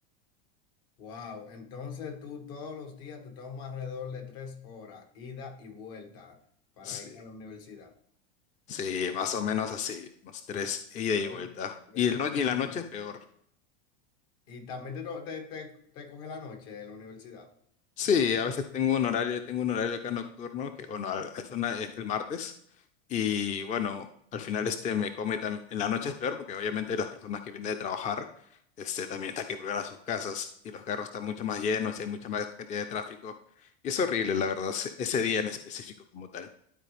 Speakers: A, on the left; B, on the left.
A: wow. Entonces tú todos los días te tomas alrededor de tres horas, ida y vuelta, para
B: Sí,
A: ir a la universidad.
B: sí, más o menos así, unos tres
A: Pero,
B: ida
A: pues,
B: y vuelta.
A: estudia
B: Y, el no- y en
A: muy
B: la noche
A: bien.
B: es peor.
A: Y también te, to- te, te te coge la noche en la universidad.
B: Sí, a veces tengo un horario, tengo un horario acá nocturno, que bueno, al- es, una, es el martes. Y bueno, al final este me come también. En la noche es peor porque obviamente las personas que vienen de trabajar este, también están que volver a sus casas y los carros están mucho más llenos y hay mucha más cantidad de tráfico. Y es horrible, la verdad, ese ese día en específico como tal.